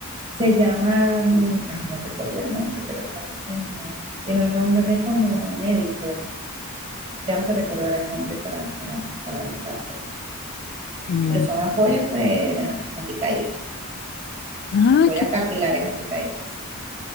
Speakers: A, on the right; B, on the left.
A: Se llaman, ay, no recuerdo el nombre, pero es algo como, tiene un nombre como médico. Tengo que recordar el nombre para, para, para aventártelo.
B: Mm.
A: Pero son apoyas pues, anticaídas,
B: Ah,
A: apoyas
B: qué...
A: capilares anticaídas. sí.